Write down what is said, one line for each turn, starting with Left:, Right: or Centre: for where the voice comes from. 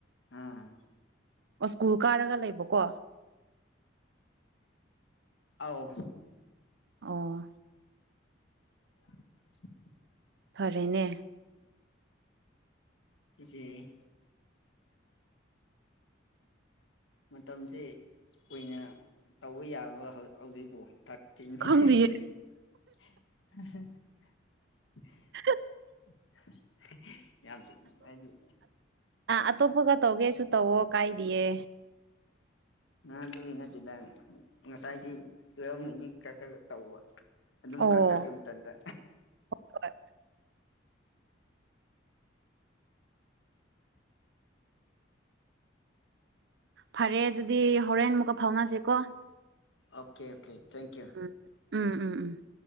Left: ꯑꯥ
Right: ꯑꯣ ꯁ꯭ꯀꯨꯜ ꯀꯥꯔꯒ ꯂꯩꯕꯀꯣ
Left: ꯑꯥꯎ꯫
Right: ꯑꯣ꯫
Left: <inaudible>
Right: ꯐꯔꯦꯅꯦ꯫
Left: ꯁꯤꯁꯦ ꯃꯇꯝꯁ ꯀꯨꯏꯅ ꯇꯧꯕ ꯌꯥꯕꯔ ꯍꯧꯖꯤꯛꯄꯨ <unintelligible>
Right: ꯈꯪꯗꯤꯌꯦ <inaudible>
Left: <unintelligible> ꯍꯥꯏꯗꯤ
Right: ꯑꯇꯣꯞꯄꯒ ꯇꯧꯒꯦꯁꯨ ꯇꯧꯋꯣ ꯀꯥꯏꯗꯤꯌꯦ꯫
Left: ꯑꯗꯨ ꯏꯅꯠꯇꯗ ꯉꯁꯥꯏꯒꯤ ꯇꯨꯌꯦꯞ ꯃꯤꯅꯤꯠ ꯈꯛꯗ ꯇꯧꯕ꯫ ꯑꯗꯨꯃ
Right: ꯑꯣ
Left: ꯀꯛꯊꯠꯀꯔꯦ ꯃꯊꯟꯇ
Right: ꯍꯣꯏ ꯐꯔꯦ ꯑꯗꯨꯗꯤ ꯍꯣꯔꯦꯟ ꯑꯃꯨꯛꯀ ꯐꯥꯎꯅꯖꯦꯀꯣ꯫
Left: Okay okay thank you.
Right: ꯎꯝ ꯎꯝ ꯎꯝ ꯎꯝ